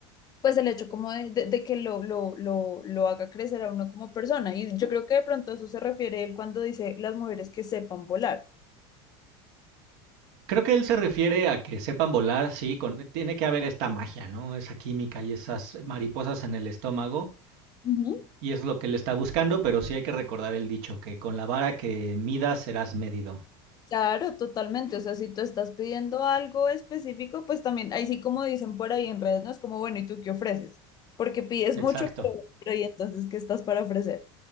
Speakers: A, on the left; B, on the right.
A: pues el hecho como de, de- de que lo, lo, lo, lo haga crecer a uno como persona. Y yo creo que de pronto a eso se refiere él cuando dice las mujeres que sepan volar.
B: Creo que él se refiere a que sepan volar, sí, con, tiene que haber esta magia, ¿no? Esa química y esas mariposas en el estómago
A: Ujú.
B: Y es lo que le está buscando, pero sí hay que recordar el dicho, que con la vara que midas serás medido.
A: Claro, totalmente. O sea, si tú estás pidiendo algo específico, pues también, ahí sí como dicen por ahí en redes, no es como, bueno, ¿y tú qué ofreces? Porque pides
B: Exacto.
A: mucho, pero, pero ¿y entonces qué estás para ofrecer?